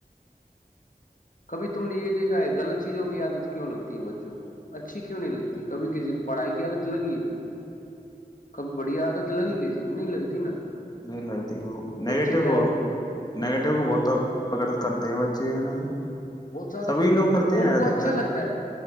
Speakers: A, on the left; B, on the left.
A: کبھی تم نے یہ دیکھا ہے غلط چیزوں کی عادت کیوں لگتی ہے بچوں کو اچھی کیوں نہیں لگتی کبھی کسی کو پڑھائی کی عادت لگی ہے کبھی بڑھیا عادت لگی کسی کو نہیں لگتی نا
B: نہیں لگتی وہ
A: بچے
B: نگیٹو
A: کیا
B: بہت
A: ہے
B: نگیٹو کو بہت پرک کرتے ہیں ب چین جو
A: بہت زیادہ
B: سبھی لوگ کرتے
A: وہ
B: ہیں
A: ان
B: ادھکتر
A: کو اچھا لگتا ہے